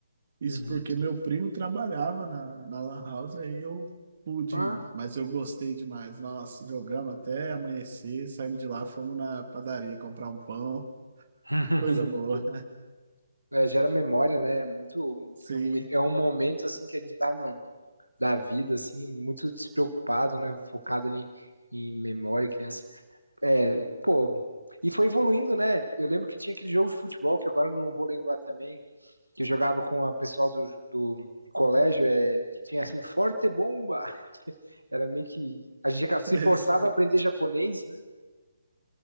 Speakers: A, on the right; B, on the right.
A: Isso
B: Uhum.
A: porque meu primo trabalhava na, na Lan House, aí eu pude
B: Ah.
A: ir, mas eu gostei demais. Nossa, jogamos até amanhecer, saímos de lá, fomos na padaria comprar um pão,
B: <laughs>
A: <laughs> coisa boa.
B: Sim. É, gera memória, né? É Muito, muito-
A: Sim,
B: é um, é um momento assim que a gente tá no, da vida assim, muito despreocupado, né? Focado ali em memória, criança. É, pô, e foi evoluindo, né? Eu lembro que tinha aquele jogo de futebol que agora eu não vou lembrar também, que eu jogava com a pessoal do, do colégio, é, que tinha assim, Forte Bomba. <laughs> Era meio que a gente se
A: <laughs> esse-
B: forçava a aprender japonês, né?